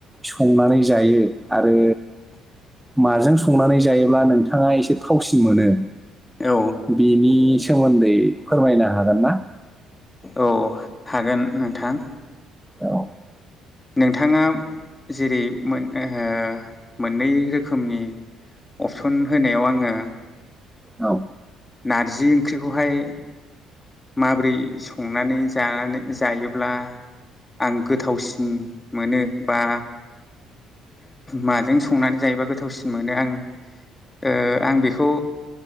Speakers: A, in the centre; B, on the left.
A: संनानै जायो आरो
B: औ
A: माजों संनानै जायोब्ला नोंथाङा एसे थावसिन मोनो
B: औ
A: बेनि सोमोन्दै फोरमायनो हागोन ना
B: औ हागोन नोंथां
A: औ
B: नोंथाङा जेरै मोननै रोखोमनि अपसन होनायाव आङो
A: औ
B: नारजि ओंख्रिखौहाय माबोरै संनानै जानानै जायोब्ला आं गोथावसिन मोनो बा माजों संनानै जायोबा गोथावसिन मोनो आं ओ आं बेखौ